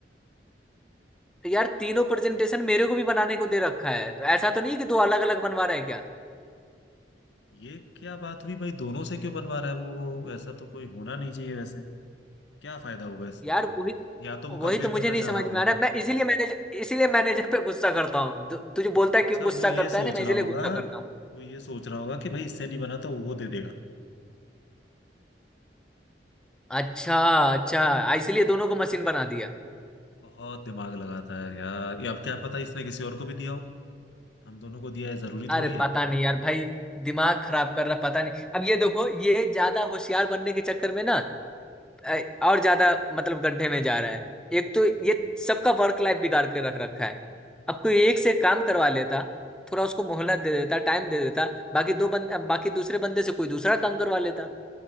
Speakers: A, in the centre; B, on the left.
A: तो यार तीनों प्रेजेंटेशन मेरे को भी बनाने को दे रखा है तो ऐसा तो नहीं कि दो अलग अलग बनवा रहा है क्या
B: ये क्या बात हुई भाई दोनों से क्यों बनवा रहा है वो ऐसा तो कोई होना नहीं चाहिए वैसे क्या फायदा होगा इससे
A: यार वही
B: या तो वो
A: वही
B: कंपेयर
A: तो मुझे
B: करना
A: नहीं समझ
B: चाह रहा होगा
A: में आ रहा है। मैं इसीलिए मैनेजर इसीलिए मैनेजर पे गुस्सा करता हूँ तु- तुझे बोलता
B: अच्छा
A: है क्यों गुस्सा
B: वो ये
A: करता
B: सोच
A: है ना मैं
B: रहा
A: इसीलिए
B: होगा
A: गुस्सा करता हूँ
B: वो ये सोच रहा होगा कि भाई इससे नहीं बना तो वो दे देगा
A: अच्छा अच्छा आ, इसलिए दोनों को मशीन बना दिया
B: बहुत दिमाग लगाता है यार ये अब क्या पता इसने किसी और को भी दिया हो हम दोनों को दिया है जरूरी थोड़ी
A: अरे
B: है
A: पता नहीं यार भाई दिमाग खराब कर रहा पता नहीं अब ये देखो ये ज्यादा होशियार बनने के चक्कर में ना अ, और ज्यादा मतलब गड्ढे में जा रहा है एक तो
B: हम्म
A: ये सबका वर्क लाइफ बिगाड़ के रख रखा है अब कोई
B: वो तो
A: एक
B: है
A: से काम करवा लेता थोड़ा उसको मोहलत दे देता टाइम दे देता बाकी दो बंद बाकी दूसरे बंदे से कोई दूसरा काम करवा लेता